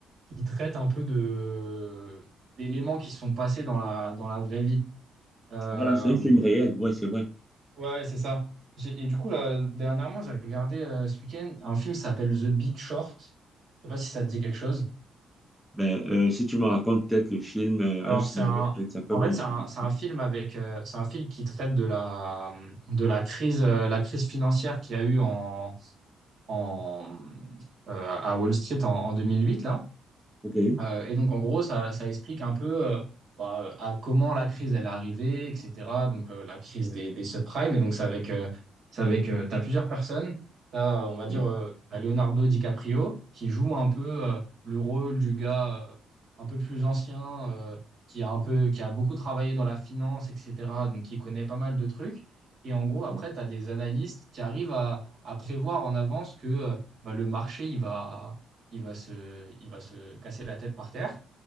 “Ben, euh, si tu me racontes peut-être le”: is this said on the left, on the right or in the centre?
Centre